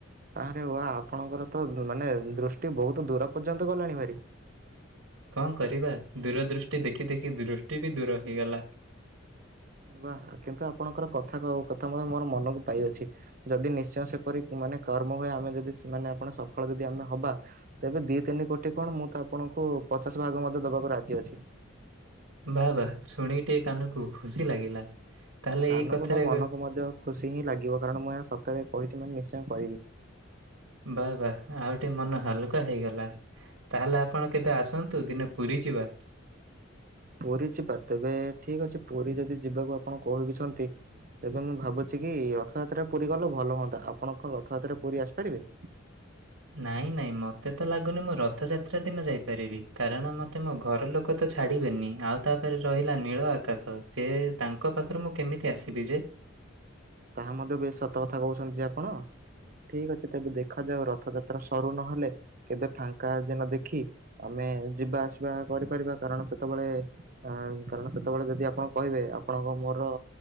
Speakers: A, on the right; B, on the right.
A: ଆରେ ୱା ଆପଣଙ୍କର ତ ମାନେ ଦୃଷ୍ଟି ବହୁତ ଦୂର ପର୍ଯ୍ୟନ୍ତ ଗଲାଣି ଭାରି।
B: କଣ କରିବା ଦୂର ଦୁଷ୍ଟି ଦେଖି ଦେଖି ଦୁଷ୍ଟି ବି ଦୂର ହେଇଗଲା।
A: ବା କିନ୍ତୁ ଆପଣଙ୍କର କଥା କଥା ମଧ୍ୟ ମୋର ମନକୁ ପାଇଅଛି। ଯଦି ନିଶ୍ଚୟ ସେପରି ମାନେ କର୍ମ ହୁଏ ଆମେ ଯଦି ମାନେ ଆପଣ ସଫଳ ଯଦି ଆମେ ହବା ତେବେ ଦି ତିନି କୋଟି କଣ ମୁଁ ତ ଆପଣଙ୍କୁ ପଚାଶ ଭାଗ ମଧ୍ୟ ଦବାକୁ ରାଜି ଅଛି।
B: ବା ବା ଶୁଣି ଟିକେ କାନକୁ ଖୁସି ଲାଗିଲା ତାହେଲେ
A: କାନକୁ
B: ଏଇ କଥାରେ
A: ନୁହଁ ମନକୁ ମଧ୍ୟ ଖୁସି ହିଁ ଲାଗିବ କାରଣ ମୁଁ ଏହା ସତରେ କହିଛି ମାନେ ନିଶ୍ଚୟ କରିବି।
B: ବା ବା ଆଉ ଟେ ମନ ହାଲୁକା ହେଇଗଲା। ତାହେଲେ ଆପଣ କେବେ ଆସନ୍ତୁ ଦିନେ ପୁରୀ ଯିବା।
A: ପୁରୀ ଯିବା ତେବେ ଠିକ ଅଛି ପୁରୀ ଯଦି ଯିବାକୁ ଆପଣ କହିବିଛନ୍ତି ତେବେ ମୁଁ ଭାବୁଛି କି ରଥଯାତ୍ରାରେ ପୁରୀ ଗଲେ ଭଲ ହୁଅନ୍ତା ଆପଣ କଣ ରଥଯାତ୍ରାରେ ପୁରୀ ଆସିପାରିବେ?
B: ନାଇଁ ନାଇଁ ମୋତେ ତ ଲାଗୁନି ମୁଁ ରଥଯାତ୍ରା ଦିନ ଯାଇପାରିବି କାରଣ ମ ତେ ମୋ ଘର ଲୋକ ତ ଛାଡିବେନି ଆଉ ତାପରେ ରହିଲା ନୀଳ ଆକାଶ ସେ ତାଙ୍କ ପାଖରୁ ମୁଁ କେମିତି ଆସିବି ଯେ?
A: ତାହା ମଧ୍ୟ ବେଶ ସତ କଥା କହୁଛନ୍ତି ଯେ ଆପଣ ଠିକ ଅଛି ତେବେ ଦେଖାଯାଉ ରଥଯାତ୍ରା ସରୁ ନହେଲେ। କେବେ ଫାଙ୍କା ଦିନ ଦେଖି ଆମେ ଯିବା ଆସିବା କରିପାରିବା କାରଣ ସେତେବେଳେ ଅ କାରଣ ସେତେବେଳେ ଯଦି ଆପଣ କହିବେ ଆପଣଙ୍କ ମୋର